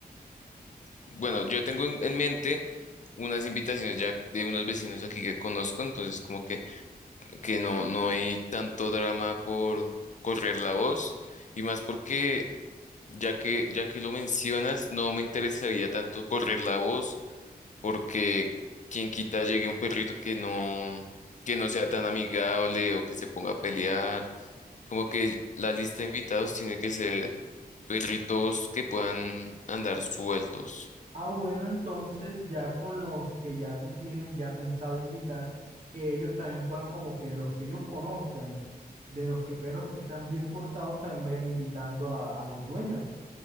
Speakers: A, on the left; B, on the right.
A: bueno, yo tengo en, en mente unas invitaciones ya de unos vecinos aquí que conozco, entonces como que, que no, no hay tanto drama por correr la voz y más porque ya que, ya que lo mencionas, no me interesaría tanto correr la voz porque quien quita llegue un perrito que no, que no sea tan amigable o que se ponga a pelear. Como que la lista de invitados tiene que ser perritos que puedan andar sueltos.
B: Ah, bueno, entonces ya con los que ya tú tienes ya pensado invitar, que ellos también puedan como que los que ellos conozcan, de los que perros que sean bien portados, también vayan invitando a, a los dueños